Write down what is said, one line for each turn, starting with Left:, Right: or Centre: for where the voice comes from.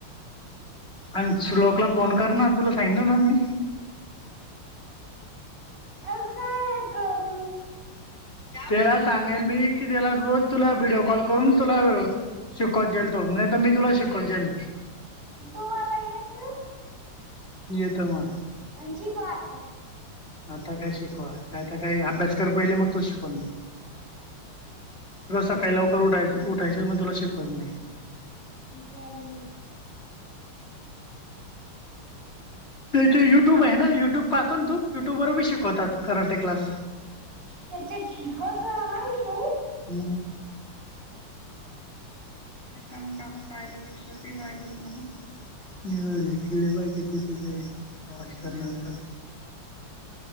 Left: आणि श्लोकला फोन कर ना तुला सांगितलं ना मी.
Right: <unintelligible>
Left: त्याला सांगेल मी कि त्याला रोज तुला व्हिडओ कॉल करून तुला अ शिकवत जाईल तो नाही तर मी तुला शिकवत जाईल
Right: तुम्हाला येत
Left: येत मला.
Right: <unintelligible>
Left: आता काय शिकवा कायता काय अभ्यास कर पहिले मग तू शिकवून देई. रोज सकाळी लवकर उठाय उठायचे मग तुला शिकवन मी.
Right: इथे आली
Left: ते इथे युट्यूब आहे ना युट्यूब पाहतून तू युट्यूब वरी शिकवतात कराटे क्लास.
Right: त्याचे छीकोचा आवा आहे इथे
Left: म रिकामे कामं पाहिल्यापेक्षा ते पाहिलं बरं ना. <unintelligible> किडे पायके पिकचे आहे आवाज करणार चाल